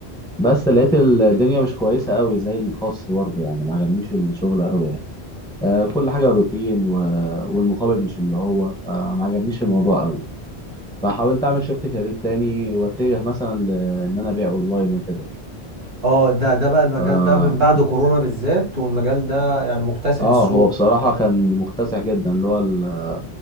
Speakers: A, in the centre; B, on the right.
A: بس لقيت الدنيا مش كويسة قوي زي الخاص برضه يعني ما عجبنيش الشغل قوي يعني آه كل حاجة روتين و... والمقابل مش اللي هو آه ما عجبنيش الموضوع قوي فحاولت اعمل شيفت كارير تاني واتجه مثلا ل- ان انا ابيع اونلاين وكده
B: اه ده ده بقى المجال
A: ف
B: ده من بعد كورونا بالذات والمجال ده يعني مكتسح
A: اه
B: السوق
A: هو بصراحة كان مكتسح جدا اللي هو ال-